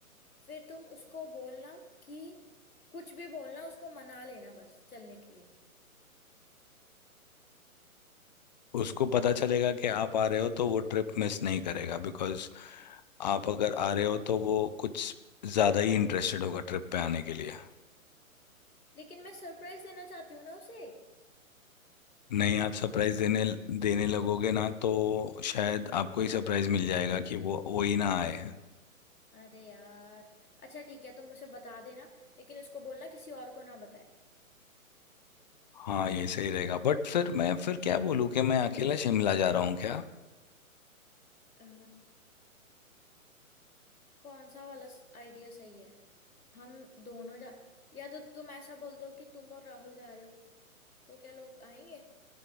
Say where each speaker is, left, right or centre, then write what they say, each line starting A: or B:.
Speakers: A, on the left (about 80°); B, on the left (about 30°).
A: फिर तुम उसको बोलना कि कुछ भी बोलना उसको मना लेना बस चलने के लिए
B: उसको पता चलेगा कि आप आ रहे हो तो वो ट्रिप मिस नहीं करेगा बिकॉज आप अगर आ रहे हो तो वो कुछ ज़्यादा ही इंटरेस्टेड होगा ट्रिप पे आने के लिए
A: लेकिन मैं सरप्राइज देना चाहती हूँ ना उसे
B: नहीं आप सरप्राइज देने देने लगोगे ना तो शायद आपको ही सरप्राइज मिल जाएगा कि वो वो ही ना आए
A: अरे यार अच्छा ठीक है तुम मुझे बता देना लेकिन उसको बोलना किसी और को ना बताए
B: हाँ ये सही रहेगा बट फिर मैं फिर क्या बोलूँ कि मैं अकेला शिमला जा रहा हूँ क्या
A: अ, कौन सा वाला आइडिया सही है हम दोनों जा या तो तुम ऐसा बोल दो कि तुम और राहुल जा रहे हो तो क्या लोग आएंगे